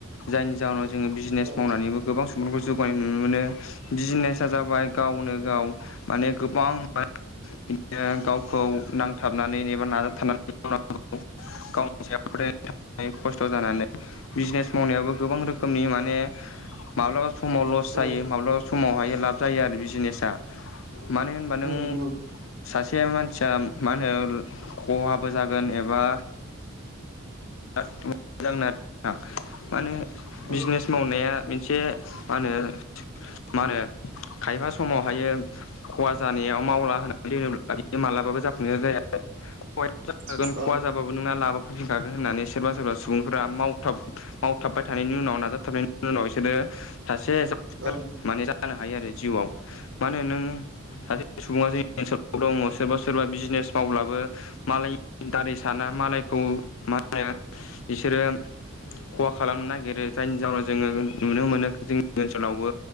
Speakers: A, on the left; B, on the right.
A: जायनि जाहोनाव जोंङो बिजनेस
B: औ
A: मावनानैबो। गोबां सुबुंफोरखौ जौगानाय नुनो मोनो बिजिनेसा जाबाय गावनो गाव माने गोबां बिदिनो गावखौ नांथाबनानै एबा नाजाबथाबनानै मावनांगौ। गावनि सायाव फोथाय खस्थ' जानानै बिजनेस मावनायाबो गोबां रोखोमनि माने- माब्लाबा समाव लस
B: औ
A: जायो माब्लाबा समावहायो लाब जायो आरो बिजिनेसा। मानो होन होमबा नों
B: औ नंगौ
A: सासे मानसिया मा होनो खहाबो जागोन एबा बिराद मोजां आरो माने
B: औ
A: बिजनेस मावनाया मोनसे मा होनो मा होनो खायफा समावहायो खहा जानायाव मावला होनानै दोनोब्ला बियो मालाबाबो जाफुंसार जाया। खहा जाखागोन
B: औ
A: खहा जाबाबो नोंना लाबो फैफिनखागोन। होननानै सोरबा सोरबा सुबुंफोरा मावथाबबाय थानायनि उनाव नाजाथाब नि उनाव बिसोरो सासे जा
B: औ
A: माने जानो हायो आरो जिउआव माानो नों सासे सुबुङा जोंनि ओनसोलाव दङ सोरबा सोरबा बिजनेस मावब्लाबो मालायनि दारै साना मालायखौ मा होनो बिसोरो खहा खालामनो नागिरो जायनि जााहोनाव जोङो नुनो मोनो जोंनि ओनसोलावबो